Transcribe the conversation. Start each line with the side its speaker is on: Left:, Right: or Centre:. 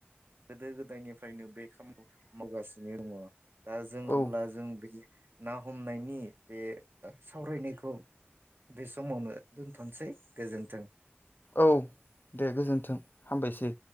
Right: गोदो गोदायनिफ्रायनो बे खामानिखौ मावगासिनो दङ दा जों अब्ला
Left: औ
Right: जों बे ना हमनायनि बे सावरायनायखौ बे समावनो दोनथनोसै गोजोन्थों।
Left: औ दे गोजोन्थों हामबायसै।